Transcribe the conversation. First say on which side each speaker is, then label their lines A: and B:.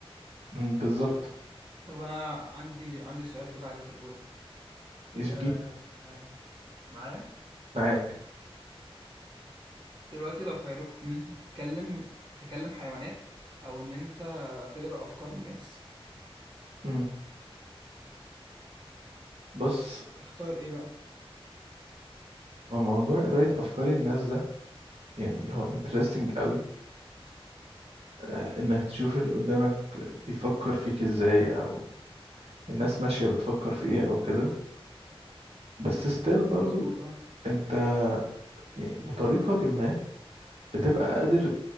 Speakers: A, on the right; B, on the right.
A: مم، بالظبط
B: طب أنا عندي عندي سؤال كده عايز أسأله لك
A: إيش
B: أه
A: جي
B: آه، معايا
A: معاك
B: دلوقتي لو خيروك إن أنت تتكلم تكلم حيوانات أو إن أنت تقرأ أفكار الناس
A: مم. بص
B: تختار إيه بقى؟
A: هو موضوع قراية أفكار الناس ده يعني هو interesting قوي آه، إنك تشوف اللي قدامك بيفكر فيك إزاي أو الناس ماشية بتفكر في إيه أو كده بس ستيل برضو
B: مظبوط أه
A: أنت يعني بطريقة ما بتبقى قادر